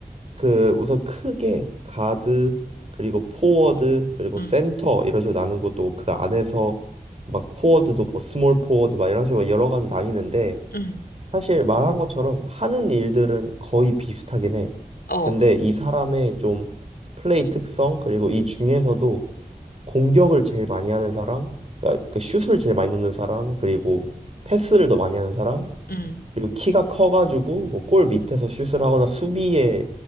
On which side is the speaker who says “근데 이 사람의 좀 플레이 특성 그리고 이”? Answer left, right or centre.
Right